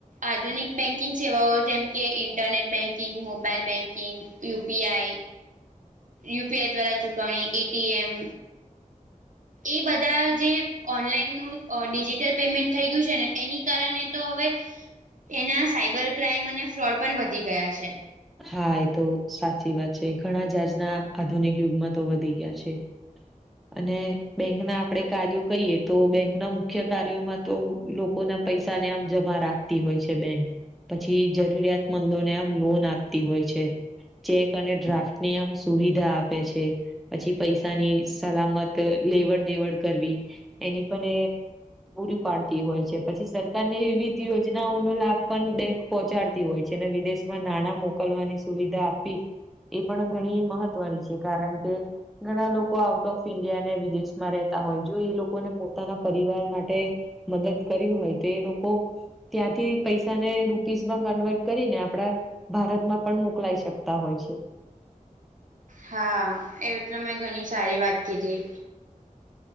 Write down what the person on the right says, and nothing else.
આધુનિક બેન્કિંગ સેવાઓ જ જેમકે internet banking mobile banking UPI UP આઈ દ્વારા ચુકવણી એ ટી એમ એ બધા જે ઓનલાઈનનું ડિજિટલ પેમેન્ટ થઈ ગયું છે ને એની કારણે તો હવે એના સાઈબર ક્રાઈમ અને ફ્રોડ પણ વધી ગયા છે
હા એવી તમેં ઘણી સારી વાત કીધી